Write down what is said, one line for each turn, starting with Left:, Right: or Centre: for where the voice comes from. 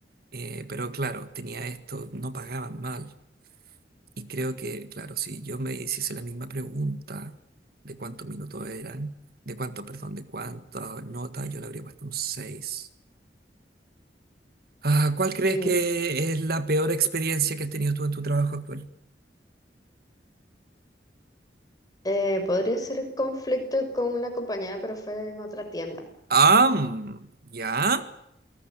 Right: Eh, pero claro, tenía esto, no pagaban mal. Y creo que, claro, si yo me hiciese la misma pregunta de cuántos minutos eran, de cuánto, perdón, de cuántas notas, yo le habría puesto un 6. Ah, ¿cuál crees
Left: Mm.
Right: que es la peor experiencia que has tenido tú en tu trabajo actual?
Left: Eh, podría ser conflicto con una compañera, pero fue en otra tienda.
Right: Ah, mm, ya,